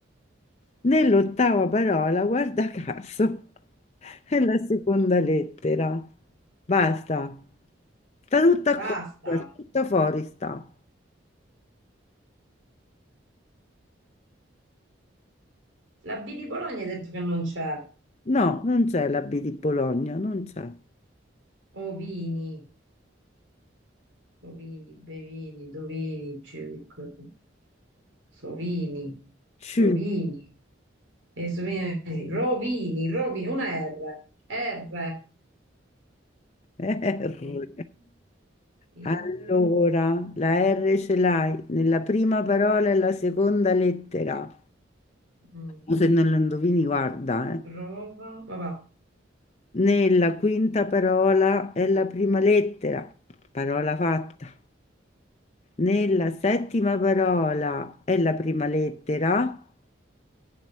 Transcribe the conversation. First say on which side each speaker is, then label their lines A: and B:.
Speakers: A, on the left; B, on the right.
A: Nell'ottava parola, guarda caso, <laughs> è la seconda lettera. Basta. Sta tutta
B: Basta.
A: qua, tutta fuori sta.
B: La B di Bologna hai detto che non c'è.
A: No, non c'è la B di Bologna, non c'è.
B: Ovini, ovini, bevini, dovini, circo- sovini,
A: C,
B: sovini. E sovini, sì. Rovini, rovini, una R. R.
A: R.
B: Rovini, in,
A: Allora, la R ce l'hai nella prima parola e la seconda lettera.
B: mm,
A: O se non lo indovini, guarda, eh.
B: trova, vabbè.
A: Nella quinta parola è la prima lettera. Parola fatta. Nella settima parola è la prima lettera